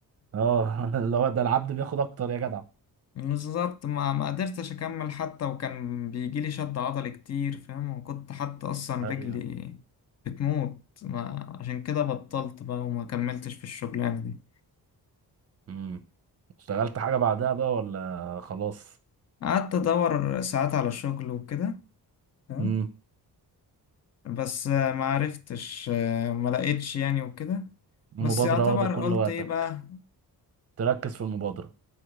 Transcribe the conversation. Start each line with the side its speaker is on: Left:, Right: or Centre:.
Right: اه <laughs> اللي هو ده العبد بياخد اكتر يا جدع
Left: بالظبط ما ما قدرتش اكمل حتى وكان بيجي لي شد عضلي كتير فاهم وكنت حتى اصلا
Right: ايوه
Left: رجلي بتموت ما عشان كده بطلت بقى وما كملتش في الشغلانة دي
Right: امم اشتغلت حاجة بعدها بقى ولا خلاص
Left: قعدت ادور ساعات على شغل وكده فاهم
Right: امم
Left: بس آه، ما عرفتش آه، ما لقيتش يعني وكده
Right: المبادرة
Left: بس يعتبر
Right: واخدة كل
Left: قلت
Right: وقتك
Left: ايه بقى
Right: تركز في المبادرة